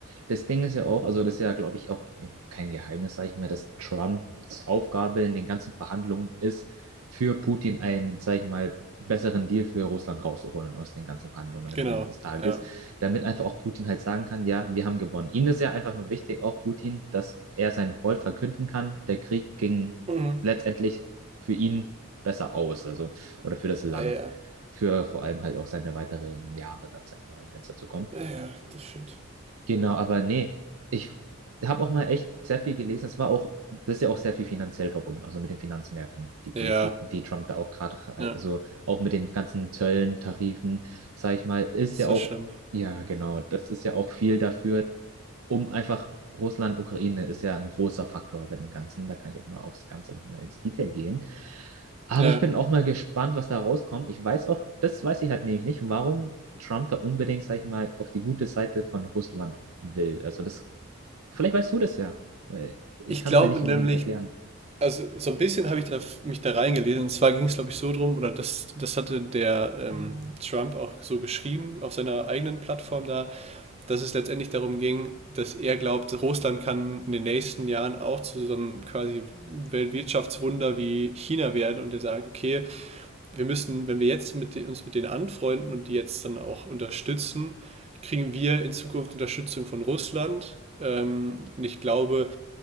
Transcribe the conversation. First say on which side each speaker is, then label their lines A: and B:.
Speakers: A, on the right (about 80°); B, on the right (about 30°).
A: Das Ding ist ja auch, also das ist ja, glaube ich, auch äh, kein Geheimnis, sage ich mal, dass Trumps Aufgabe in den ganzen Verhandlungen ist, für Putin einen, sage ich mal, besseren Deal für Russland rauszuholen aus den ganzen Verhandlungen am
B: Genau,
A: Ende des Tages,
B: ja.
A: damit einfach auch Putin halt sagen kann, ja, wir haben gewonnen. Ihnen ist ja einfach nur wichtig, auch Putin, dass er sein Volk verkünden kann, der Krieg ging
B: Mhm.
A: letztendlich für ihn besser aus, also, oder für das Land,
B: Ja, ja,
A: für vor allem halt auch seine weiteren Jahre dann, sag ich mal, wenn es dazu kommt.
B: ja, ja, das stimmt.
A: Genau, aber nee, ich habe auch mal echt sehr viel gelesen. Es war auch, das ist ja auch sehr viel finanziell verbunden, also mit den Finanzmärkten, die Politik
B: Ja,
A: und die Trump da auch gerade, rei-
B: ja,
A: also auch mit den ganzen Zöllen, Tarifen, sage ich mal, ist
B: das
A: ja auch,
B: war schlimm.
A: ja genau, das ist ja auch viel dafür, um einfach Russland, Ukraine ist ja ein großer Faktor bei dem Ganzen. Da kann ich auch mal aufs Ganze nochmal ins Detail gehen. Aber
B: Ja,
A: ich bin auch mal gespannt, was da rauskommt. Ich weiß auch, das weiß ich halt nämlich nicht, warum Trump da unbedingt, sag ich mal, auf die gute Seite von Russland will. Also das, vielleicht weißt du das ja, weil ich
B: ich
A: kann
B: glaube
A: es mir nicht
B: nämlich,
A: unbedingt erklären.
B: Also so ein bisschen habe ich da, mich da reingelesen. Und zwar ging es, glaube ich, so drum, oder das, das hatte der ähm, Trump auch so geschrieben auf seiner eigenen Plattform da, dass es letztendlich darum ging, dass er glaubt, Russland kann in den nächsten Jahren auch zu so einem quasi Weltwirtschaftswunder wie China werden. Und er sagt, okay, wir müssen, wenn wir jetzt mit, den- uns mit denen anfreunden und die jetzt dann auch unterstützen, kriegen wir in Zukunft Unterstützung von Russland. Ähm, und ich glaube,